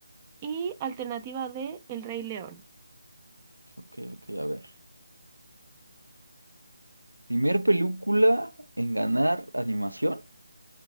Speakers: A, on the right; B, on the right.
A: Y alternativa D, El Rey León.
B: Ok, ok, a ver. Primer película en ganar animación.